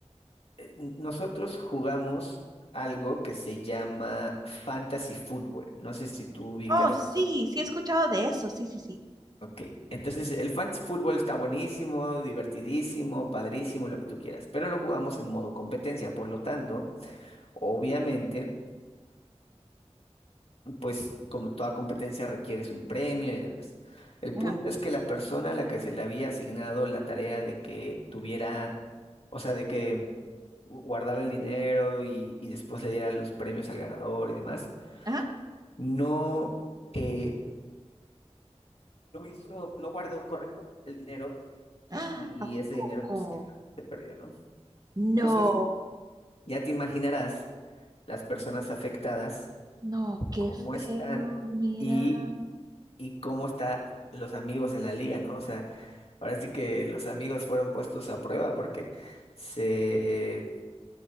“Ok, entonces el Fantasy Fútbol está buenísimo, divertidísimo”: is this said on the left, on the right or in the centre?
Left